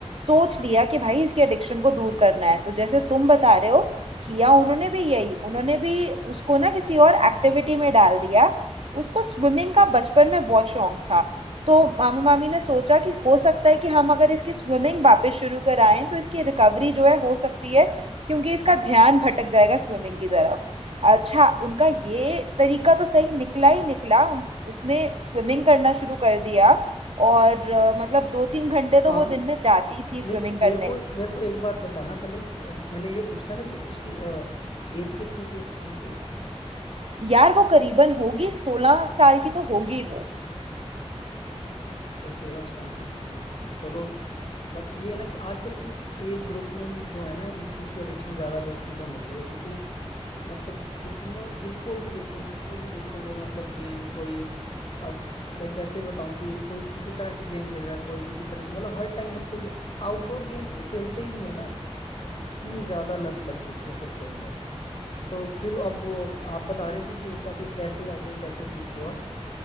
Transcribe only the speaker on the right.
सोच लिया कि भाई इसकी एडिक्शन को दूर करना है तो जैसे तुम बता रहे हो किया उन्होंने भी यही उन्होंने भी उसको ना किसी और एक्टिविटी में डाल दिया उसको स्विमिंग का बचपन में बहुत शौक था तो मामा मामी ने सोचा कि हो सकता है कि हम अगर इसकी स्विमिंग वापस शुरू कराएं तो इसकी रिकवरी जो है हो सकती है क्योंकि इसका ध्यान भटक जाएगा स्विमिंग की तरफ अच्छा उनका ये तरीका तो सही निकला ही निकला उन- उसने स्विमिंग करना शुरू कर दिया और अ, मतलब दो तीन घंटे तो
वो दिन में जाती थी स्विमिंग
करने
यार वो करीबन होगी सोलह साल की तो होगी वो